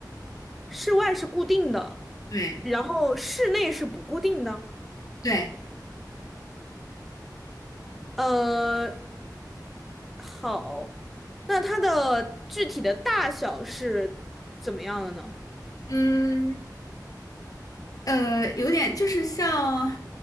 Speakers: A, in the centre; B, on the left.
A: 室外是固定的，
B: 对
A: 然后室内是不固定的。
B: 对，
A: 呃，好，那它的具体的大小是怎么样的呢？
B: 嗯，呃，有点就是像